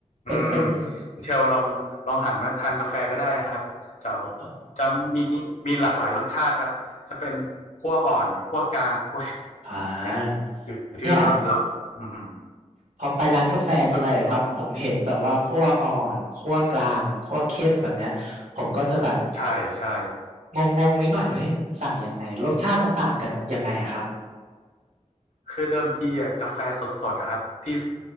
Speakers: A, on the right (about 80°); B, on the left (about 70°).
A: เป็นเป็น
B: อืม คุณเชลลองลองหันมาทานกาแฟก็ได้นะครับ จะ
A: เอ่อ
B: จะมีมีหลากหลายรสชาติครับ จะเป็นคั่วอ่อนคั่วกลางคั่ว
A: อ่า
B: เนี้ยอยู่ที่ว่าเราอืม
A: เนี่ยพอไปร้านกาแฟทีไรอะครับผมเห็นแบบว่าคั่วอ่อนคั่วกลางคั่วเข้มแบบเนี้ยผมก็จะแบบ
B: แล้วก็ใช่ใช่
A: งงๆนิดหน่อยเฮ้ยสั่งยังไงรสชาติมันต่างกันยังไงอะครับ
B: คือเดิมทีอะกาแฟสดๆอะครับที่